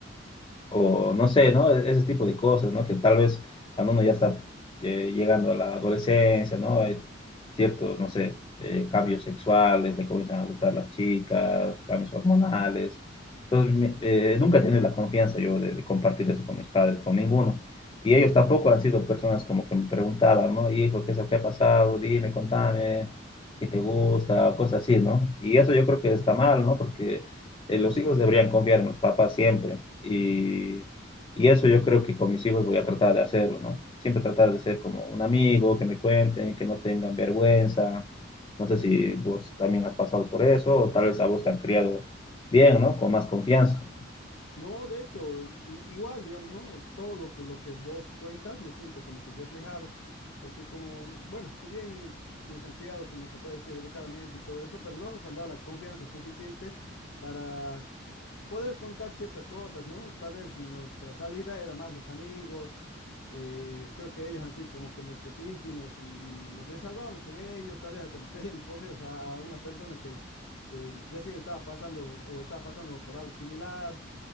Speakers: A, on the left (about 25°); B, on the left (about 75°).
A: o no sé, ¿no? E-, Ese tipo de cosas, ¿no? Que tal vez cuando uno ya está eh, llegando a la adolescencia, ¿no? Hay ciertos, no sé, eh, cambios sexuales, le comienzan a gustar las chicas, cambios hormonales. Entonces, mi- eh, nunca he tenido la confianza yo de, de compartir eso con mis padres, con ninguno. Y ellos tampoco han sido personas como que me preguntaban, ¿no? Hijo, ¿qué es lo que ha pasado? Dime, contame, ¿qué te gusta? Cosas así, ¿no? Y eso yo creo que está mal, ¿no? Porque eh, los hijos deberían confiar en los papás siempre. Y, y eso yo creo que con mis hijos voy a tratar de hacerlo, ¿no? Siempre tratar de ser como un amigo, que me cuenten, que no tengan vergüenza. No sé si vos también has pasado por eso, o tal vez a vos te han criado bien, ¿no? Con más confianza.
B: No, de hecho, i- igual, digamos, ¿no? Todo lo que, lo que vos cuentas me siento como que reflejado, porque como, bueno, si bien nos han criado, como se puede decir, educadamente y todo eso, pero no nos han dado la confianza suficiente para poder contar ciertas cosas, ¿no? Tal vez nuestra salida era más los amigos, eh, creo que ellos han sido como que nuestros íntimos y, y nos desahogábamos con ellos, tal vez hasta les pedíamos consejos a, a una persona que, que recién estaba pasando o estaba pasando por algo similar.